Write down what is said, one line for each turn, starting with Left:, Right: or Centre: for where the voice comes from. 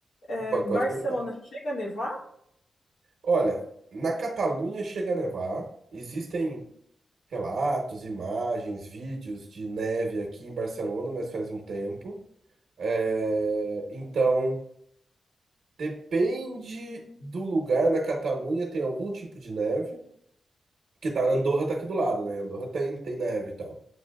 Left: É,
Right: pode,
Left: Barcelona
Right: pode perguntar.
Left: chega a nevar?
Right: Olha, na Catalunha chega a nevar. Existem relatos, imagens, vídeos de neve aqui em Barcelona, mas faz um tempo. É, Então, depende do lugar na Catalunha, tem algum tipo de neve. Que tá, Andorra tá aqui do lado, né? Andorra tem, tem neve e tal.